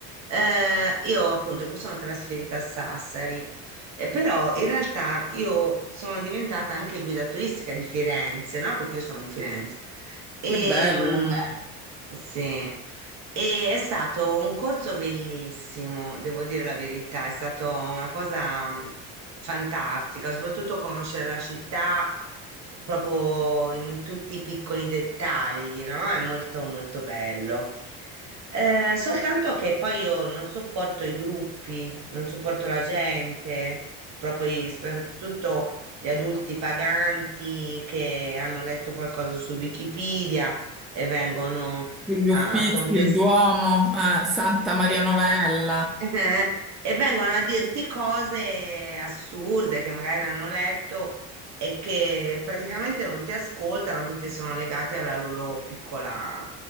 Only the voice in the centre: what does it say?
Che bello.
Gli Uffizi,
il Duomo, eh, Santa Maria
Novella.